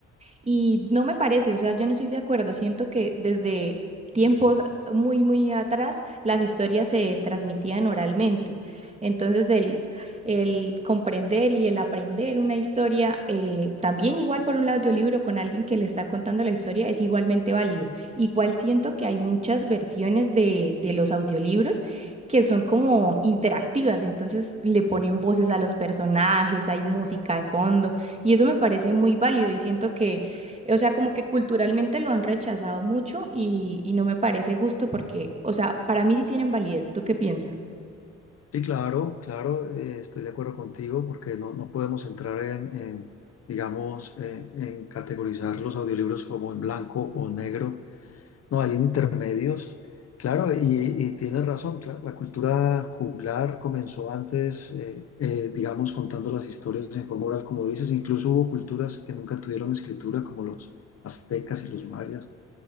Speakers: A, on the right; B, on the left.
A: y no me parece, o sea, yo no estoy de acuerdo. Siento que desde tiempos muy, muy atrás las historias se transmitían oralmente. Entonces, el, el comprender y el aprender una historia, eh, también igual por un audiolibro con alguien que le está contando la historia, es igualmente válido. Igual siento que hay muchas versiones de, de los audiolibros que son como interactivas, entonces le ponen voces a los personajes, hay música de fondo, y eso me parece muy válido y siento que o sea, como que culturalmente lo han rechazado mucho y, y no me parece justo porque, o sea, para mí sí tienen validez. ¿Tú qué piensas?
B: Sí, claro, claro, eh, estoy de acuerdo contigo porque no, no podemos entrar en, en, digamos, eh, en categorizar los audiolibros como en blanco o negro. No, hay intermedios. Claro, y, y tienes razón, cla- la cultura juglar comenzó antes, eh, eh, digamos, contando las historias en forma oral, como dices. Incluso hubo culturas que nunca tuvieron escritura, como los aztecas y los mayas.